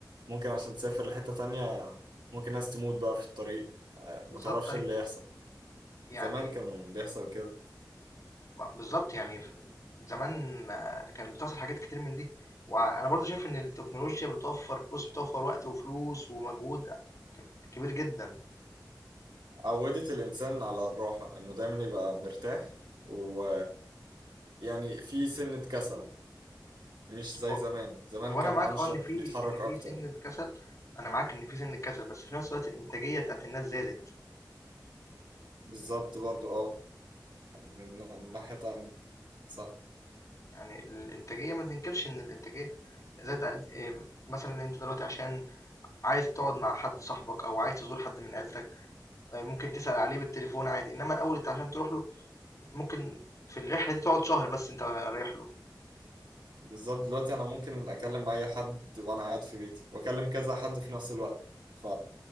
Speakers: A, on the right (about 80°); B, on the left (about 45°).
A: ممكن عشان تسافر لحتة تانية ممكن ناس تموت بقى في الطريق آه،
B: بالضبط
A: متعرفش
B: أيوه،
A: اللي يحصل
B: يعني
A: زمان كان بيحصل كده
B: ب بالضبط يعني ف زمان كانت بتحصل حاجات كتير من دي، وأنا برضه شايف إن التكنولوجيا بتوفّر بُص بتوفّر وقت وفلوس ومجهود كبير جدًا،
A: عودت الإنسان على الراحة إنه دايما يبقى مرتاح و... يعني في سنة كسل مش زي
B: هو
A: زمان زمان
B: هو
A: كان
B: أنا معاك
A: أنشط
B: آه إن في
A: بيتحرك
B: إن
A: أكتر
B: في سِنّة كسل، أنا معاك إن في سِنّة كسل، بس في نفس الوقت الإنتاجية بتاعة الناس زادت،
A: بالظبط برضو اه يعني من من ناحية تانية صح
B: يعني الإنتاجية ما تنكرش إن الإنتاجية زادت قد آمم، مثلًا أنت دلوقتي عشان عايز تقعد مع حد صاحبك أو عايز تزور حد من عيلتك آآ، ممكن تسأل عليه بالتليفون عادي، إنّما الأول أنت عشان تروح له ممكن في الرحلة دي تقعد شهر بس أنت رايح له
A: بالظبط دلوقتي أنا ممكن أكلم أي حد وأنا قاعد في بيتي وأكلم كذا حد في نفس الوقت ف